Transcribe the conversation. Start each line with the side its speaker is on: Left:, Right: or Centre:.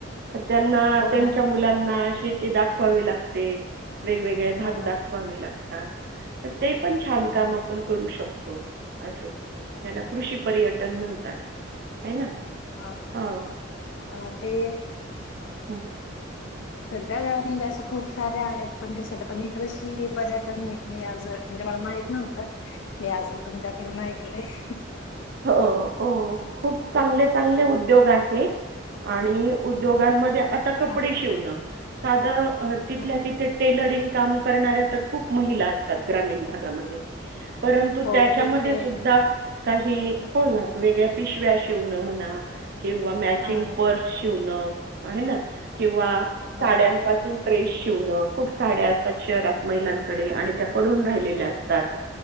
Right: तर त्यांना
Left: हो
Right: त्यांच्या
Left: ना
Right: मुलांना शे ती दाखवावी लागते वेगवेगळे
Left: हा
Right: भाग दाखवावे लाग तात त ते पण छान
Left: हा
Right: काम आपण करू शक तो असं. त्याला कृषी पर्यटन म्हणतात. आहे ना.
Left: ह
Right: हां
Left: ह ह ते.
Right: हूं!
Left: सध्या म्हणजे असं खूप सारे आहेत. <unintelligible> पर्यटन मी आज म्हणजे मला माहित नव्हतं. मी आज तुमच्याकडून ऐकलंय. ठीक <unintelligible>
Right: हो हो खूप चांगले चांगले उद्योग आहेत आणि उद्योगांमध्ये. आता कपडे
Left: हा हा
Right: शिवण साध अ तिथल्या
Left: हम्म.
Right: तिथे टेलरिंग. काम करणाऱ्या तर खूप महिला असतात ग्रामीण भागमध्ये. परंतु
Left: हो
Right: त्याच्यामध्ये
Left: खूप ते
Right: सुद्धा. ह हो ना वेगळ्या पिशव्या शिवण म्हणा किंवा मॅचिंग
Left: हा
Right: पर्स. शिवण आहे ना. किंवा
Left: हो
Right: साड्यांपासून ड्रेस शिवणं, खूप साड्या असतात शहरात महिलांकडे, आणि त्या पडून राहिलेल्या असतात